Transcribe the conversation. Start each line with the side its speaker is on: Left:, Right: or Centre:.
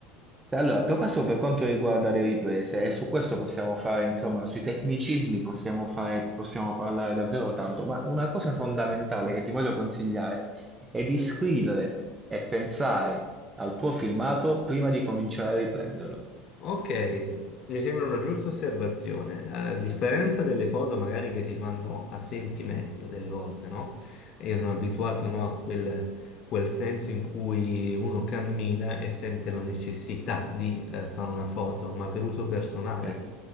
Right: Se- Allora, per questo per quanto riguarda le riprese, e su questo possiamo fare, insomma, sui tecnicismi possiamo fare, possiamo parlare davvero tanto, ma una cosa fondamentale che ti voglio consigliare è di scrivere e pensare al tuo filmato prima di cominciare a riprenderlo.
Left: Ok, mi sembra una giusta osservazione. A differenza delle foto magari che si fanno a sentimento delle volte, no? E Io sono abituato, no, a quel, quel senso in cui uno cammina e sente la necessità di eh, fare una foto, ma per uso personale.
Right: Sì,